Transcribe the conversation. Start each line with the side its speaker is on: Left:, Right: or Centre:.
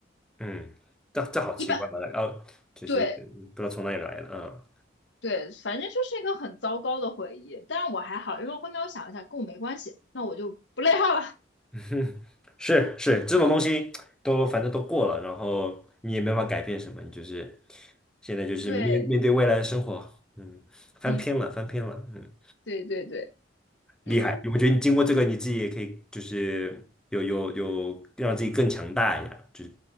Centre: 嗯，这这好奇怪吧？
Left: 一般
Centre: 哦，就是不知道从哪里来的。
Left: 对
Centre: 嗯
Left: 对，反正就是一个很糟糕的回忆。但是我还好，因为后面我想了一下，跟我没关系，那我就不内耗了。
Centre: <laughs> 是是，这种东西都反正都过了，然后你也没法改变什么，你就是现在就是面面对未来的生活，
Left: 对，
Centre: 嗯，翻篇了，
Left: 嗯，
Centre: 翻篇了，嗯，
Left: 对对对，
Centre: 厉害！
Left: 嗯，
Centre: 我觉得你经过这个，你自己也可以就是有有有让自己更强大一点，就是